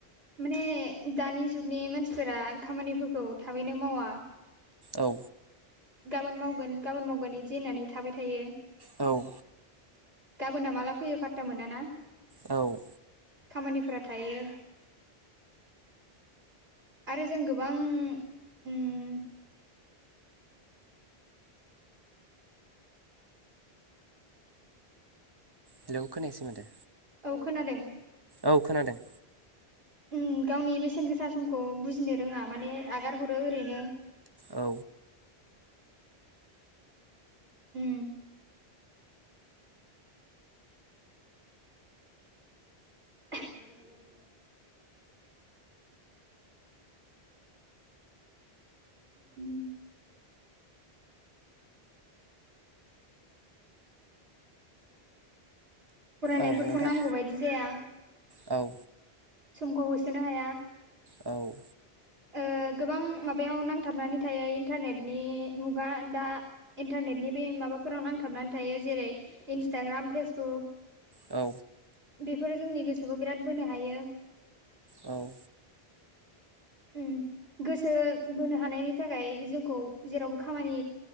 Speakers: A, on the right; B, on the right.
A: माने दानि जुगनि मानसिफोरा खामानिफोरखौ थाबैनो मावा।
B: औ।
A: गाबोन मावगोन गाबोन मावगोन बिदि होननानै थाबाय थायो।
B: औ
A: गाबोनना माला फैयो फात्ता मोना ना।
B: औ
A: खामानिफोरा थायो। आरो जों गोबां उम
B: हेलौ खोनायासै माथो।
A: औ खोनादों।
B: औ खोनादों।
A: उम गावनि बेसेन गोसा समखौ बुजिनो रोङा माने आगार हरो ओरैनो।
B: औ
A: उम <inaudible> उम <inaudible> <inaudible> फरायनायफोरखौ
B: औ नोंथां
A: नांगौ बायदि जाया।
B: औ
A: समखौ होसोनो हाया
B: औ
A: ओ गोबां माबायाव नांथाबनानै थायो इन्टारनेटनि मुगा दा इन्टारनेटनि बे माबाफोरावनो आं थाबनानै थायो जेरै इन्सटाग्राम फेसबुक
B: औ
A: बेफोरो जोंनि गोसोखौ बिराद बोनो हायो।
B: औ
A: उम गोसो बोनो हानायनि थाखाय जोंखौ जेरावबो खामानि